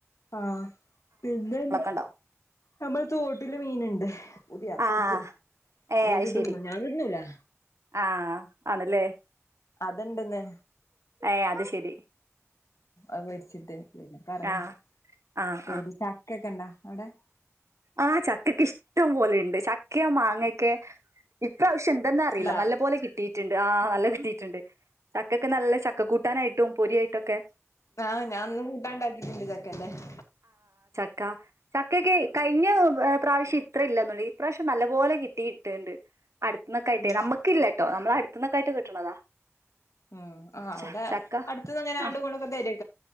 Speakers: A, on the left; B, on the right.
A: ആഹ് പിന്നെ
B: ഉണ്ടാവും
A: നമ്മൾ തോട്ടില് മീൻണ്ട് പുതിയാപ്ലിക്ക്
B: ആഹ് ഏഹ്
A: ഓല്
B: അത് ശരി
A: തിന്നും ഞാൻ തിന്നുലാ
B: ആഹ് ആണല്ലേ
A: അത്ണ്ടന്ന്
B: ഏഹ് അത് ശരി
A: അത് <unintelligible> പിന്നെ പറയും
B: ആഹ്
A: <unintelligible>
B: ആഹ്
A: ചക്ക ഒക്കെ ഇണ്ടാ അവിടെ <inaudible>
B: ആഹ ചക്കക്ക് ഇഷ്ടം പോലുണ്ട് ചക്കയോ മാങ്ങക്കെ ഈ പ്രാവശ്യം ഇതന്ന അറിയില്ല
A: ഇണ്ടാ
B: നല്ല പോലെ കിട്ടിയിട്ടണ്ട് ആഹ നല്ല കിട്ടിട്ട് <unintelligible> ചക്ക ഒക്കെ നല്ല ചക്ക കൂട്ടാനായിട്ടും പൊരി ആയിട്ടും ഒക്കെ
A: ആഹ് ഞാൻ ഇന്നു കൂട്ടാണ്ടാക്കിയിട്ടുണ്ട് ചക്കന്റെ <inaudible>
B: <unintelligible> കഴിഞ്ഞ പ്രാവശ്യം ഇത്ര ഇല്ലന്നു <unintelligible> ഈ പ്രാവശ്യം നല്ല പോലെ കിട്ടിയിട്ടുണ്ട് അടുത്തന്നൊക്കെയിട്ടെ
A: ഉം
B: നമുക്ക് ഇല്ലാട്ടോ നമ്മള് <unintelligible> ക്കായിട്ട് കിട്ടണതാ
A: ഉം ആ അവിടെ
B: ച- ചക്ക
A: അടുത്തന്ന് അങ്ങനെ ആണ്ടും
B: ആഹ്
A: <unintelligible> കൂടെ തരും